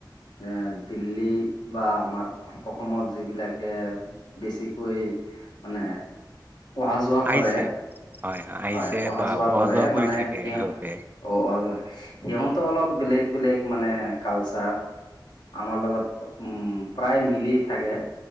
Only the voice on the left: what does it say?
এ দিল্লী বা আমাৰ অসমত যিবিলাকে বেছিকৈ মানে অহা যোৱা কৰে
হয় অহা
যোৱা কৰে
মানে
সেই
অ', অ', সিহঁত অলপ বেলেগ বেলেগ মানে কালচাৰ আমাৰ লগত উম, প্ৰায় মিলি থাকে